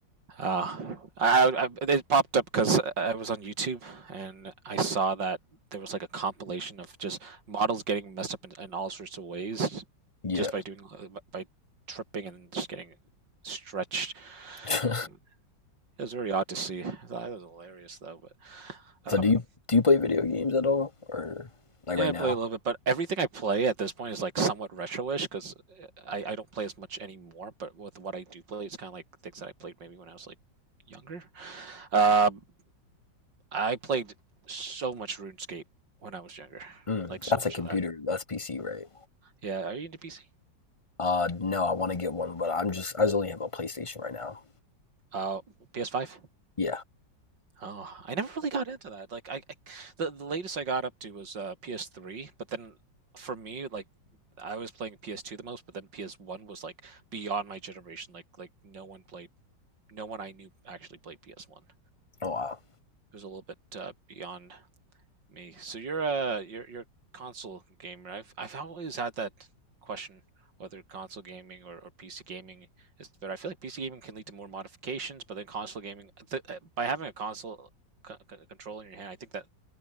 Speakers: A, on the right; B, on the left.
A: Uh, I, I it popped up because I was on YouTube and I saw that there was like a compilation of just models getting messed up in, in all sorts of ways
B: Yeah.
A: just by doing by tripping and just getting stretched.
B: <laughs>
A: And it was very odd to see. I thought it was hilarious though, but.
B: So do
A: Um,
B: you do you play video games at all, or like
A: Yeah,
B: right
A: I
B: now?
A: play a little bit, but everything I play at this point is like somewhat retro-ish because I, I don't play as much anymore. But with what I do play, it's kind of like things that I played maybe when I was like younger. Um, I played so much RuneScape when I was younger,
B: Mm,
A: like so
B: that's
A: much
B: a computer.
A: of that.
B: That's PC, right?
A: Yeah, are you into PC?
B: Uh, no, I want to get one, but I'm just I just only have a PlayStation right now.
A: Uh, PS5?
B: Yeah.
A: Oh, I never really got into that. Like I, I the, the latest I got up to was uh, PS3, but then for me, like I was playing PS2 the most, but then PS1 was like beyond my generation. Like like no one played no one I knew actually played PS1. It
B: Oh wow.
A: was a little bit uh, beyond me. So you're a you're you're a console gamer. I've I've always had that question whether console gaming or, or PC gaming is better. I feel like PC gaming can lead to more modifications, but then console gaming th by having a console c c- control in your hand, I think that